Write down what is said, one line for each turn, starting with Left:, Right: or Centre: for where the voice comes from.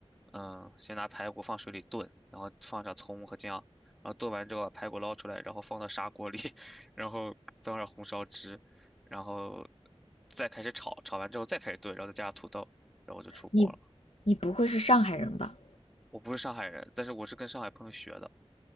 Centre: 嗯，先拿排骨放水里炖，然后放上葱和姜，然后炖完之后把排骨捞出来，然后放到砂锅里，<laughs> 然后倒上红烧汁，然后再开始炒，炒完之后再开始炖，然后再加上土豆，然后就出锅了。
Left: 你你不会是上海人吧？
Centre: 我不是上海人，但是我是跟上海朋友学的